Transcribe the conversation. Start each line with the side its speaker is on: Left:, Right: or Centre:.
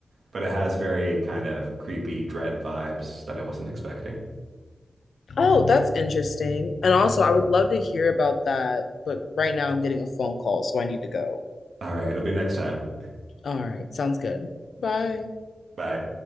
Right: But it has very kind of creepy dread vibes that I wasn't expecting.
Left: Oh, that's interesting. And also, I would love to hear about that, but right now I'm getting a phone call, so I need to go.
Right: All right. It'll be next time.
Left: All right, sounds good. Bye.
Right: Bye.